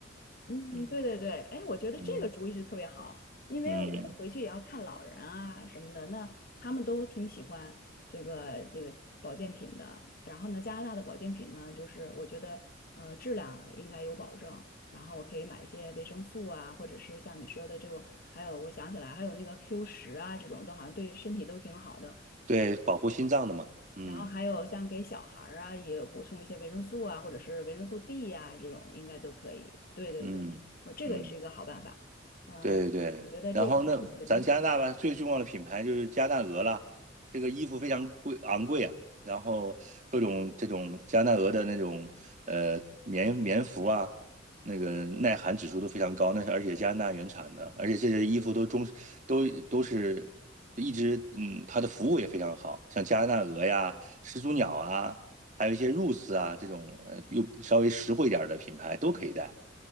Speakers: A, on the left; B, on the right.
A: 嗯，
B: 嗯
A: 对对对，哎，我觉得这个主意是特别好，
B: 嗯
A: 因为我回去也要看老人啊什么的，
B: 嗯，
A: 那他们都挺喜欢这个这个保健品的。然后呢，加拿大的保健品呢，就是我觉得呃质量应该有保证，然后我可以买一些维生素啊，或者是像你说的这种，还有我想起来还有那个 Q 十啊这种，都好像对身体都挺好的。
B: 对，保护心脏的嘛。嗯
A: 然后还有像给小孩儿啊，也有补充一些维生素啊，或者是维生素 D 呀、这种应该都可以。对对对，
B: 嗯嗯。
A: 我这个也是一个好办法啊、
B: 对对对，
A: 我觉得这这几个都挺好
B: 然后那咱加拿大吧，最重要的品牌就是加拿大鹅啦，这个衣服非常贵昂贵啊，然后各种这种加拿大鹅的那种呃棉棉服啊，那个耐寒指数都非常高，那是而且加拿大原产的，而且这些衣服都中都都是一直嗯，它的服务也非常好，像加拿大鹅呀、始祖鸟啊，还有一些 Roots 啊这种呃又稍微实惠一点儿的品牌都可以带。